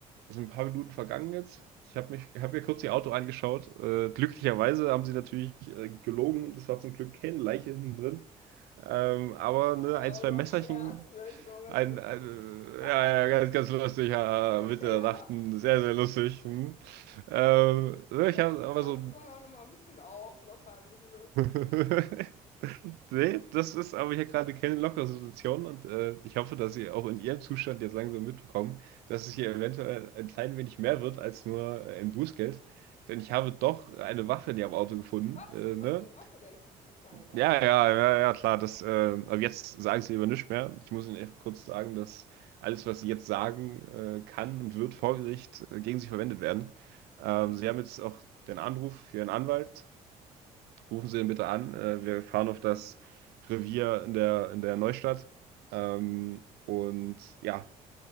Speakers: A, on the right (about 70°); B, on the left (about 40°).
A: sind ein paar Minuten vergangen jetzt. Ich habe mich, habe mir kurz ihr Auto angeschaut. Äh, glücklicherweise haben sie natürlich äh, gelogen und es war zum Glück keine Leiche hinten drin. Ähm, aber ne,
B: War
A: ein,
B: ja auch
A: zwei
B: nur
A: Messerchen,
B: ein Scherz, ne? Ich bin auch ganz
A: ein,
B: lustig.
A: ein äh,
B: Ah,
A: ja, ja, ganz, ganz lustig, ja,
B: <laughs>
A: Mitte der
B: ja.
A: Nacht, hm, sehr, sehr lustig. Hm. Ähm, ne,
B: Er
A: ich
B: hat
A: habe
B: die Situation
A: aber so,
B: auch nochmal ein bisschen auflockern, wissen Sie.
A: <laughs> Nee, das ist aber hier gerade keine lockere Situation und äh, ich hoffe, dass Sie auch in Ihrem Zustand jetzt langsam mitbekommen, dass es hier eventuell ein klein wenig mehr wird als nur äh, ein Bußgeld. Denn ich habe doch eine Waffe in Ihrem Auto gefunden.
B: Was?
A: Äh, ne?
B: Was für eine Waffe denn? Das kann ja nicht sein.
A: Ja, ja, ja, ja, ja, klar, das, äh, aber jetzt sagen Sie lieber nichts mehr. Ich muss Ihnen echt kurz sagen, dass alles, was Sie jetzt sagen, äh, kann und wird vor Gericht äh, gegen Sie verwendet werden. Ähm, Sie haben jetzt auch den Anruf für Ihren Anwalt rufen Sie ihn bitte an. Äh, wir fahren auf das Revier in der, in der Neustadt. Ähm, und ja,